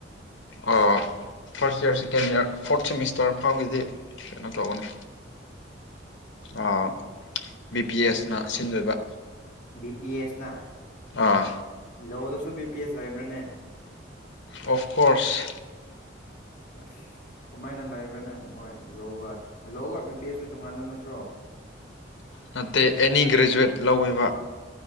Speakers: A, on the left (about 75°); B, on the left (about 40°).
A: ꯑꯣ first year second year fourth semester ꯐꯥꯎꯒꯤꯗꯤ ꯀꯩꯅꯣ ꯇꯧꯒꯅꯤ ꯑ ꯕꯤ ꯄꯤ ꯑꯦꯁꯅ ꯁꯤꯟꯗꯣꯏꯕ
B: ꯕꯤ ꯄꯤ ꯑꯦꯁꯅ
A: ꯑꯥ
B: ꯂꯣꯜꯁꯨ ꯕꯤ ꯄꯤ ꯑꯦꯁ ꯂꯩꯕ꯭ꯔꯅꯦ
A: ꯑꯣꯐ ꯀꯣꯔꯁ
B: ꯑꯁ ꯀꯃꯥꯏꯅ ꯂꯩꯕ꯭ꯔꯥꯅꯦ ꯃꯣꯏ ꯂꯣꯒ, ꯂꯣꯒ ꯕꯤ ꯄꯤ ꯑꯦꯁꯁꯨ ꯇꯣꯉꯥꯟꯕ ꯅꯠꯇ꯭ꯔꯣ
A: ꯅꯠꯇꯦ ꯑꯦꯅꯤ ꯒ꯭ꯔꯦꯖꯨꯋꯦꯠ ꯂꯧꯑꯦꯕ